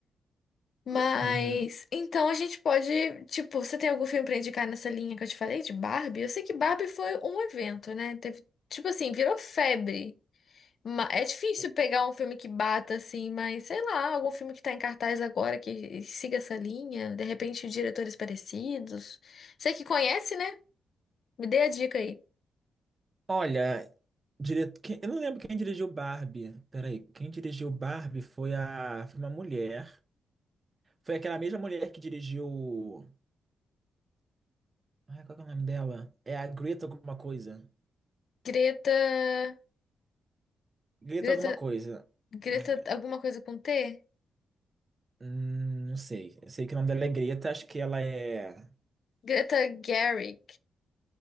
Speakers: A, on the left; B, on the right.
A: Mas
B: Uhum.
A: então a gente pode, tipo, você tem algum filme pra indicar nessa linha que eu te falei de Barbie? Eu sei que Barbie foi um evento, né? Teve, tipo assim, virou febre. Ma- É difícil
B: E-
A: pegar um filme que bata assim, mas sei lá, algum filme que tá em cartaz agora que siga essa linha, de repente diretores parecidos. Você que conhece, né? Me dê a dica aí.
B: Olha, dire... quem- eu não lembro quem dirigiu Barbie. Peraí, quem dirigiu Barbie foi a foi uma mulher. Foi aquela mesma mulher que dirigiu. Ai, qual que é o nome dela? É a Greta alguma coisa.
A: Greta,
B: Greta
A: Greta,
B: alguma coisa.
A: Greta,
B: Gre-
A: alguma coisa com T?
B: Hum, não sei. Eu sei que o nome dela é Greta, acho que ela é.
A: Greta Gerwig,